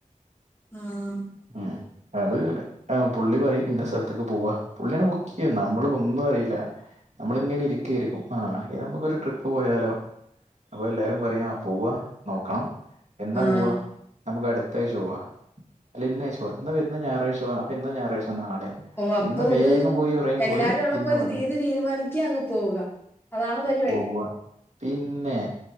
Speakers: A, on the left; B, on the right.
A: ഉം
B: ഉം അത് പുള്ളി പറയും ഇന്ന സ്ഥലത്തേക്ക് പോവാ പുള്ളിയാണ് ബാക്കിയ നമ്മള് ഒന്നും അറിയില്ല നമ്മള് ഇങ്ങനെ ഇരിക്കായിരിക്കും ആ നമുക്കൊരു ട്രിപ്പ് പോയാലോ അപ്പൊ എല്ലാരും പറയാ പോവാ നോക്കണം എന്നാ
A: ആഹ്
B: പോവ നമുക്ക് അടുത്ത് ത്താഴ്ച്ച പോവാ അല്ല ഇന്നാഴ്ച്ച പോവാ എന്നാ വരുന്ന ഞായറാഴ്ച പോവാ അപ്പ എന്നാ ഞായാഴ്ച്ച നാളെ
A: ഓഹ്, അപ്പൊ
B: ഇന്ന്
A: ഒരു
B: വേഗം പോയി ഉറങ്ങിക്കോളി
A: എല്ലാരും ഉള്ളപ്പോ
B: ഇന്ന്
A: ഒരു
B: ഉറങ്ങാ
A: തീയതി തീരുമാനിക്ക്യാ അങ്ങ് പോവുക. അതാണ് പരിപാടി
B: പോവാ, പിന്നെ